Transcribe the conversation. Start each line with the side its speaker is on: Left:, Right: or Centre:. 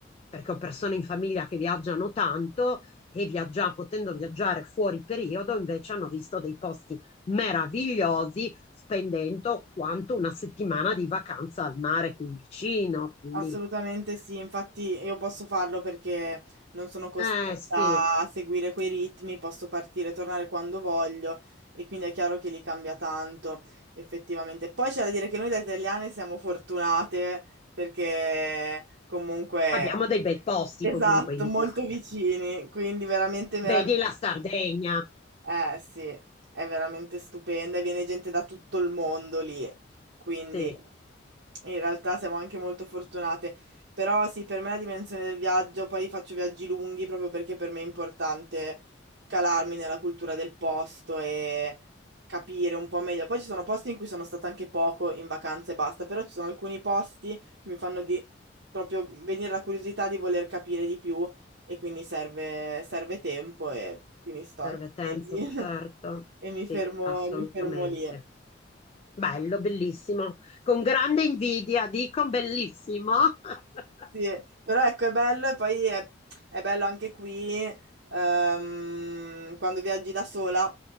Left: perché ho persone in famiglia che viaggiano tanto e viaggia, potendo viaggiare fuori periodo, invece hanno visto dei posti meravigliosi spendendo quanto una settimana di vacanza al mare qui vicino. Quindi,
Right: Assolutamente sì, infatti io posso farlo perché non sono costretta
Left: eh sì.
Right: a seguire quei ritmi, posso partire e tornare quando voglio e quindi è chiaro che li cambia tanto, effettivamente. Poi c'è da dire che noi da italiane siamo fortunate perché comunque,
Left: Abbiamo dei bei posti
Right: esatto,
Left: comunque in
Right: molto
Left: Italia.
Right: vicini, quindi veramente meraviglioso.
Left: Vedi la Sardegna?
Right: Eh sì, è veramente stupenda e viene gente da tutto il mondo lì, quindi
Left: Sì,
Right: in realtà siamo anche molto fortunate. Però sì, per me la dimensione del viaggio, poi faccio viaggi lunghi proprio perché per me è importante calarmi nella cultura del posto e capire un po' meglio. Poi ci sono posti in cui sono stata anche poco in vacanza e basta, però ci sono alcuni posti che mi fanno di- proprio venire la curiosità di voler capire di più e quindi serve, serve tempo e quindi sto anche
Left: serve tempo,
Right: mesi <laughs>
Left: certo.
Right: e mi
Left: Sì,
Right: fermo,
Left: assolutamente.
Right: mi fermo lì.
Left: Bello, bellissimo. Con grande invidia, dico bellissimo. <laughs>
Right: Sì, però ecco, è bello e poi è, è bello anche qui ehm, quando viaggi da sola.